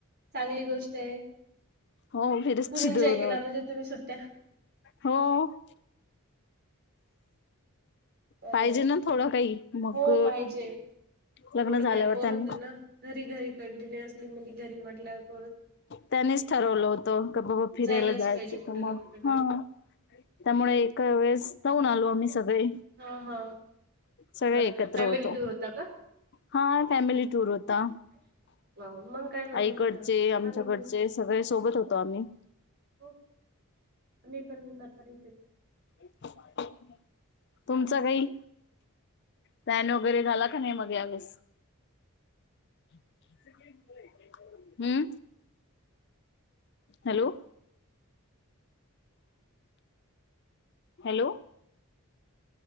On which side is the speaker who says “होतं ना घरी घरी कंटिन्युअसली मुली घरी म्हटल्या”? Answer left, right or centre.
Right